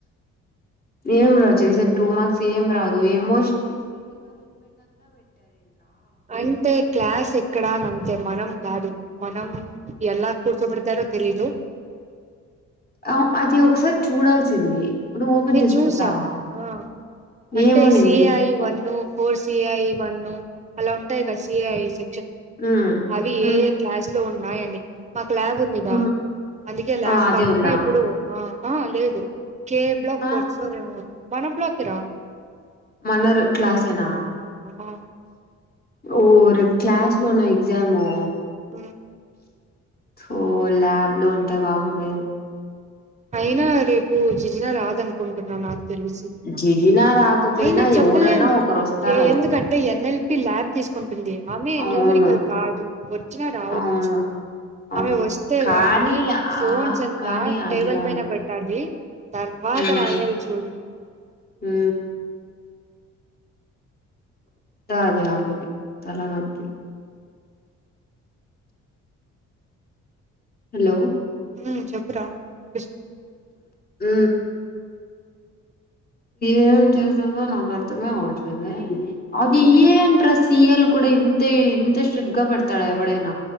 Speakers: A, on the left (about 30°); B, on the right (about 25°).
A: ఏం రా చేసె టూ మార్క్స్ ఏం రాదు ఏమోస్
B: అయితే క్లాస్ ఎక్కడానంతే మనం కాదు మనం ఎలా కుర్చోబెడతారో తెలీదు
A: ఆ అది ఒకసారి చూడాల్సింది. నువ్వు ఓపెన్
B: నేను
A: చేసి
B: చూసా
A: చూసావా
B: ఆ అంటే
A: ఏమునింది
B: CI one four CI one అలా ఉంటాయి. కదా సి ఐ స్
A: ఉమ్
B: అవి
A: ఉమ్
B: ఏ ఏ క్లాస్ లో ఉ నాయ్యండి మాకు ల్యాబ్ ఉంది. రా
A: ఉమ్
B: అందుకే ల్యాబ్
A: ఆ అదే
B: కాకుండా
A: ఉందా
B: ఇప్పుడు ఆ ఆ లేదు కేప్
A: ఆ
B: కూర్చుంరేమో మన బ్లాకెరా
A: మన్నర్ క్లాసేనా
B: ఆ
A: ఓరి క్లాస్ లోన ఎక్జాము
B: ఊ
A: తూ ల్యాబ్ లో ఉంటే బాగుండేది
B: అయినా రేపు జిజిన రాదను కుంటున్నా నాకు తెలిసి
A: జిజినా రాకపోయినా
B: అయినా చెప్పలేమురా
A: ఎవరైనా ఒకరు వస్తారు
B: ఎందుకంటే ఎన్ఎల్ కి ల్యాబ్ తీసుకుం ఉంది ఆమె
A: అవును
B: న్యూమరికల్ కాదు వచ్చినా రావచ్చు
A: అవును అవును
B: ఆమె వస్తే
A: కానీ
B: గానీ ఫోన్స్
A: ఆ
B: అంతా
A: కానీ అది
B: టేబుల్
A: రాదు
B: పైన పెట్టాలి తర్వాత
A: ఉమ్
B: రాయాలి చూడు
A: ఉమ్ అది ఆమెది తలనొప్పి హలో
B: ఉమ్ చెప్పురా క
A: ఊ ఏం చేసెదో నాకు అర్థమే అవట్లేదే అది ఏంట్ర సీయల్ కూడా ఇంత ఇంత ఇంట్రెస్టి గా పెడతాడ ఎవడైన